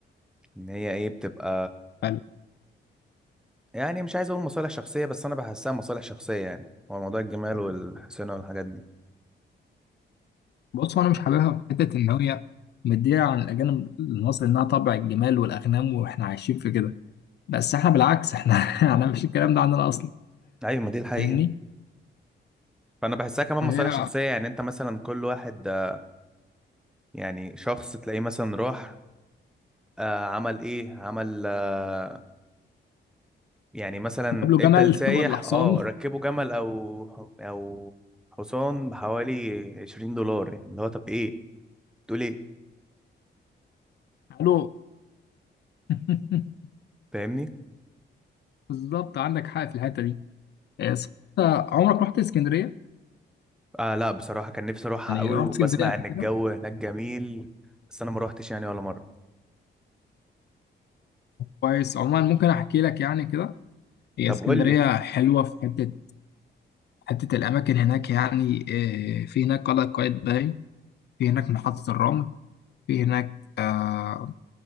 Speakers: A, in the centre; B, on the left.
A: ان هي ايه بتبقى
B: حلو.
A: يعني مش عايز اقول مصالح شخصيه بس انا بحسها مصالح شخصيه يعني هو موضوع الجمال والحسنه والحاجات دي
B: بص أنا مش حاببها في حتة إن هي مدية عن الأجانب المصري إنها طبع الجمال والأغنام وإحنا عايشين في كده بس إحنا بالعكس إحنا <laughs> إحنا مش الكلام ده عندنا أصلا
A: ايوه ما دي الحقيقه
B: فاهمني؟
A: فانا بحسها كمان
B: فهي
A: مصالح شخصيه يعني انت مثلا كل واحد آه، يعني شخص تلاقيه مثلا راح آه، عمل ايه عمل آه، يعني مثلا
B: جاب له
A: ادى
B: جمل
A: لسايح
B: <laughs> ولا حصان
A: اه ركبه جمل او او حصان بحوالي 20 دولار يعني اللي هو طب ايه تقول ايه
B: قالوا <laughs>
A: فاهمني
B: بالظبط عندك حق في الحته دي آه، صح، انت عمرك رحت اسكندريه
A: آه لا بصراحه كان نفسي اروحها
B: يعني
A: قوي
B: رحت
A: وبسمع
B: اسكندريه قبل
A: ان الجو
B: كده
A: هناك جميل بس انا ما روحتش يعني ولا مره
B: كويس عموما ممكن احكي لك يعني كده هي
A: طب
B: اسكندريه
A: قول لي
B: حلوه في حته حته الاماكن هناك يعني آه، في هناك قلعه قايتباي في هناك محطه الرمل في هناك آه،